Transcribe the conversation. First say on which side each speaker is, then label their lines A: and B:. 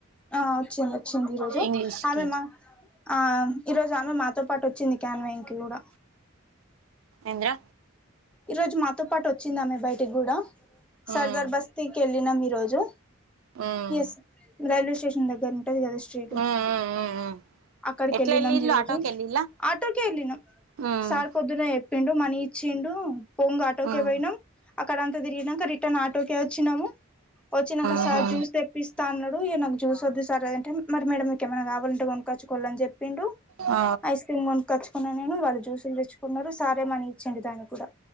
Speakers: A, in the centre; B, on the right.
A: ఆ వచ్చింది వచ్చింది ఈరోజు
B: ఇంగ్లీష్
A: ఆమె
B: కి
A: మా ఆ ఈరోజు ఆమె మాతో పాటు వచ్చింది క్యాన్వా ఇంట్ కూడా
B: ఏంద్ర
A: ఈ రోజు మాతో పాటు వచ్చిందా మీ బయటికి కూడా
B: మ్మ్
A: సర్దార్ బస్తీకి వెళ్ళినాం ఈ రోజు
B: మ్మ్
A: ఎస్ రైల్వే స్టేషన్ దగ్గర ఉంటుంది కదా స్ట్రేట్
B: మ్మ్ మ్మ్ మ్మ్ మ్మ్
A: అక్కడకి
B: ఎట్లా
A: వెళ్ళ
B: వెళ్ళిళ్ళు
A: నం ఈరోజు
B: ఆటోకి వెళ్ళిళ్ళా
A: ఆటర్క వెళ్ళ న
B: మ్మ్
A: సార్ పొద్దున చెప్ ప్పిండు మనీ ఇచ్చిండు పోంగ ఆటోకే
B: మ్మ్
A: పోయినాం అక్కడంతా తిరిగినంక రిటర్న్ ఆటోకే వచ్చినాము వచ్చినాక సార్
B: ఊహూ
A: చూస్తే ఇస్తా అన్నాడు ఈయనకు జూస్ వద్దుసార్ లేదంట మేడమ్ మీకెమైనావాలంటే కొనక్కాచ్చుకోవాలని చెప్పిండు
B: ఆ
A: ఐస్ క్రీమ్ కోనుక్కొచ్చుకున్నా నేను వాళ్ళు జ్యూస్లు తెచ్చుకున్నారు సర్ యే మని ఇచ్చిండు దానికి కూడా